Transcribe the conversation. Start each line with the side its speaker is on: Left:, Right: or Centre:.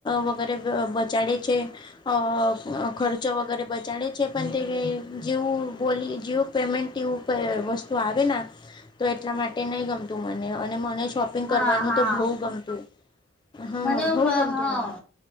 Left: વગેરે વ બચાડે છે અ ખર્ચ વગેરે બચાડે છે પણ તે જેવું બોલી જેવું પેમેન્ટ એવું વસ્તુ આવે ના તો એટલા માટે નઈ ગમતું મને અને મને શોપિંગ
Centre: હા
Left: કરવાનું
Centre: હા
Left: તો બહું ગમતું. હા
Centre: મને
Left: બહુ
Centre: હા
Left: ગમતું મને